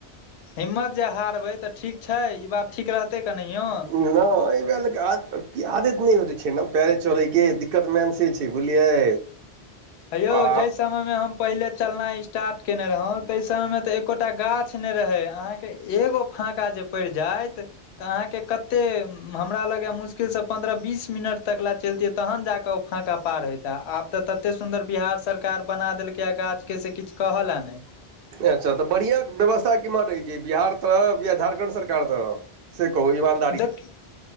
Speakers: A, on the left; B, on the right.
A: हिम्मत जे हारबै तऽ ठीक छय ई बात ठीक रहतै कनहियो
B: नहि एहिऽ क आदत नहि हो छै ने पैरे चलैके दिक्कत मेनसे छय बुझलियै
A: हे यौ
B: आ
A: जाहि समय में हम पहिले चलना स्ट्ट केने रहउ ता सबय मे तऽ एकोटा गाछ ने रहे अहाँके एगो फका जे पड़ जायइत तऽ अहाँके कऽ एते हमरा लगे मुश्किल से पन्द्रह बीस मिनट तक ले चलतिये तहन जाके ओ फाका पार होेते तऽ आब तऽ तते सुन्दर बिहार सरकार बना देलकै ह गाछ के से किछु कहल हं ने
B: अच्छा तऽ बढ़िआँ व्यवस्था केमहर रहै छय बिहार तरफ या झारखण्ड सरकार तरफ से कहू ईमान
A: धकि